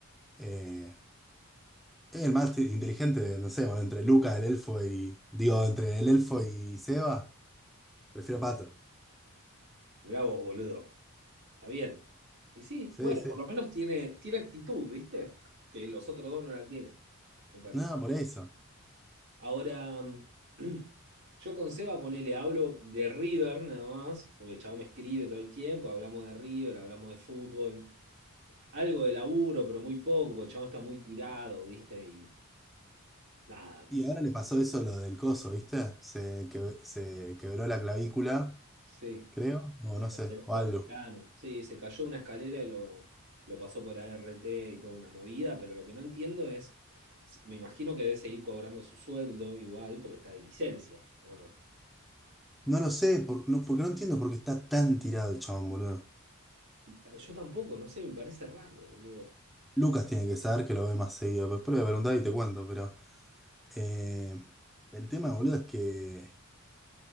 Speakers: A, in the centre; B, on the right.
A: Eh, es el más inteligente, no sé, bueno, entre Luca, el elfo y. Digo, entre el elfo y Seba, prefiero Pato.
B: Mirá vos, boludo. Está bien. Y sí,
A: Sí,
B: bueno,
A: sí.
B: por lo menos tiene, tiene actitud, ¿viste? Que los otros dos no la tienen, me parece.
A: No, por eso.
B: Ahora, mm, <clears throat> yo con Seba ponele, hablo de River nada más, porque el chabón me escribe todo el tiempo, hablamos de River, hablamos de fútbol, algo de laburo, pero muy poco, porque el chabón está muy tirado, ¿viste? Y nada, qué
A: Y
B: sé.
A: ahora
B: yo.
A: le pasó eso lo del coso, ¿viste? Se, que, se quebró la clavícula,
B: Sí.
A: creo, o
B: Y
A: no sé,
B: Lo
A: o
B: lo
A: algo.
B: operaron. Sí, se cayó una escalera y lo, lo pasó por A R T y toda una movida, pero lo que no entiendo es, s- me imagino que debe seguir cobrando su sueldo igual porque está de licencia, ¿o no?
A: No lo sé, por- no, porque no entiendo por qué está tan tirado el chabón, boludo.
B: Ah, Yo tampoco, no sé, me parece raro, boludo.
A: Lucas tiene que saber que lo ve más seguido. Después le voy a preguntar y te cuento, pero. Eh, el tema, boludo, es que